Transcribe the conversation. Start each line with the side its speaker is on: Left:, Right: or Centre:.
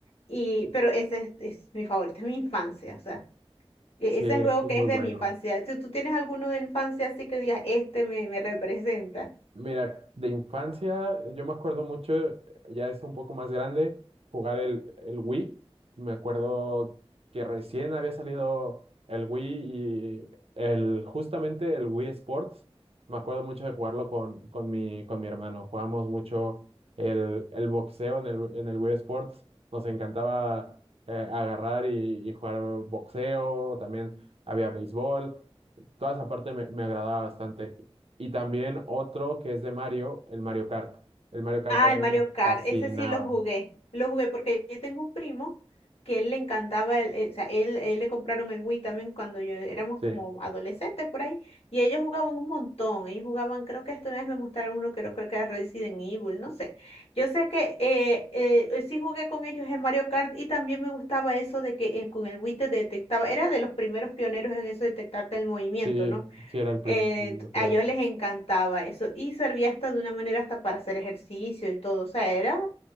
Left: Y, pero ese es, es mi favorito, es mi infancia, o sea, e-
Right: Sí,
Left: ese
Right: es
Left: es el juego
Right: que es
Left: que
Right: muy
Left: es
Right: bueno.
Left: de mi infancia. Si tú tienes alguno de infancia así que digas, este me, me representa.
Right: Mira, de infancia yo me acuerdo mucho, ya es un poco más grande, jugar el, el Wii. Me acuerdo que recién había salido el Wii y el, justamente el Wii Sports. Me acuerdo mucho de jugarlo con, con mi, con mi hermano. Jugamos mucho el, el boxeo en el, en el Wii Sports. Nos encantaba eh, agarrar y, y jugar boxeo. También había béisbol. Toda esa parte me, me agradaba bastante. Y también otro que es de Mario, el Mario Kart. El Mario Kart
Left: Ah,
Right: a mí
Left: el Mario
Right: me
Left: Kart,
Right: fascinaba.
Left: ese sí lo jugué. Lo jugué porque yo tengo un primo que él le encantaba, el- el- o sea, él, él le compraron el Wii también cuando yo éramos
Right: Sí,
Left: como adolescentes por ahí, y ellos jugaban un montón. Ellos jugaban, creo que hasta una vez me mostraron uno, creo, creo que era Resident Evil, no sé. Yo sé que eh, eh, eh, sí jugué con ellos en Mario Kart y también me gustaba eso de que eh, con el Wii te detectaba, era de los primeros pioneros en eso de detectarte el movimiento,
Right: sí,
Left: ¿no?
Right: sí era el primero,
Left: Eh,
Right: yo creo.
Left: a ellos les encantaba eso y servía hasta de una manera hasta para hacer ejercicio y todo. O sea, era